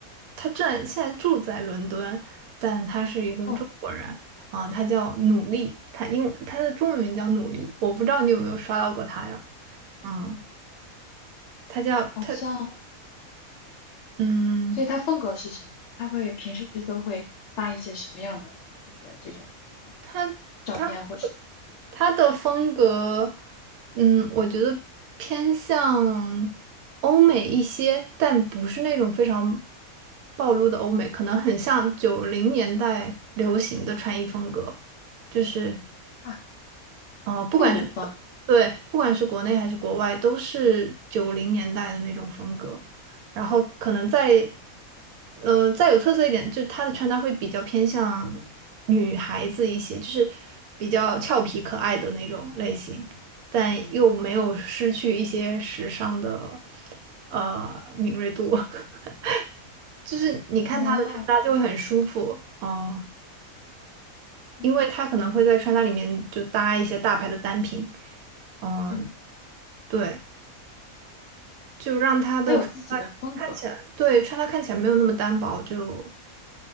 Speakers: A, on the right; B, on the left.
A: 他正现在住在伦敦，但他是一个中国人啊，
B: 哦，
A: 他叫努力，他英文他的中文名叫努力，我不知道你有没有刷到过他呀？嗯，他叫他
B: 好像，
A: 嗯。
B: 所以他风格是什么？他会平时都会发一些什么样的，就是这种
A: 他他
B: 照片或视频
A: 他的风格，嗯，我觉得偏向欧美一些，但不是那种非常暴露的欧美，可能很像九零年代流行的穿衣风格，就是
B: 啊？
A: 呃，不管是国对，
B: 复古风。
A: 不管是国内还是国外，都是九零年代的那种风格。然后可能再呃再有特色一点，就是她的穿搭会比较偏向女孩子一些，就是比较俏皮可爱的那种类型，但又没有失去一些时尚的呃敏锐度。<laughs> 就是你看她的穿搭就会很舒服，
B: 哦，
A: 嗯、
B: 嗯
A: 因为她可能会在穿搭里面就搭一些大牌的单品。嗯，
B: 嗯，
A: 对，就让他的穿搭看起来，
B: 他有自己的风格。
A: 对，穿搭看起来没有那么单薄，就